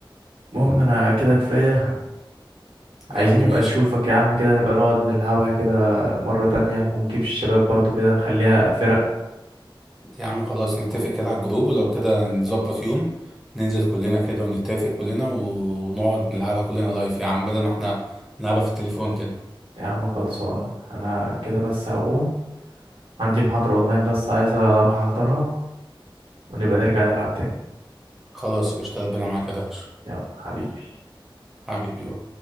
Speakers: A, on the right; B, in the centre.
A: المهم انا كده كفاية
B: يا
A: عايزين
B: عم ماشي
A: نبقى نشوفك يا عم كده نبقى نقعد نلعبها كده مرة تانية ونجيب الشباب برضو كده نخليها فرق
B: يا عم خلاص نتفق كده على الجروب ولو كده نظبط يوم ننزل كلنا كده ونتفق كلنا ونقعد نلعبها كلنا لايف يا عم بدل ما احنا نلعبها في التليفون كده
A: يا عم خلصانة انا كده بس هقوم عندي محاضرة اونلاين بس عايز اروح احضرها ونبقى نرجع نلعب تاني
B: خلاص قشطة ربنا معاك يا درش
A: يلا حبيبي
B: حبيبي يلا